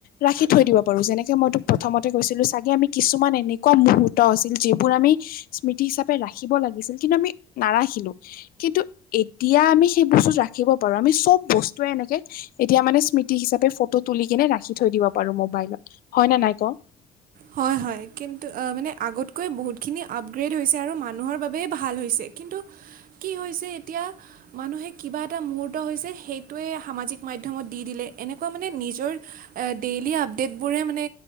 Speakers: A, on the left (about 60°); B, on the right (about 55°).
A: ৰাখি থৈ দিব পাৰো যেনেকে মই তোক প্ৰথমতে কৈছিলো চাগে আমি কিছুমান এনেকুৱা মুহুৰ্ত আছিল যিবোৰ আমি স্মৃতি হিচাপে ৰাখিব লাগিছিল কিন্তু আমি নাৰাখিলোঁ কিন্তু এতিয়া আমি সেই বস্তুতো ৰাখিব পাৰো আমি চব বস্তুৱে এনেকে এতিয়া মানে স্মৃতি হিচাপে ফটো তুলি কেনে ৰাখি থৈ দিব পাৰো মোবাইলত হয় নে নাই ক
B: হয় হয় কিন্তু মানে আগতকৈ বহুতখিনি আপগ্ৰেড হৈছে আৰু মানুহৰ বাবেই ভাল হৈছে কিন্তু কি হৈছে এতিয়া মানুহে কিবা এটা মুৰ্ত হৈছে সেইটোৱে সামাজিক মাধ্যমত দি দিলে এনেকুৱা মানে নিজৰ আ ডেইলী আপডেটবোৰে মানে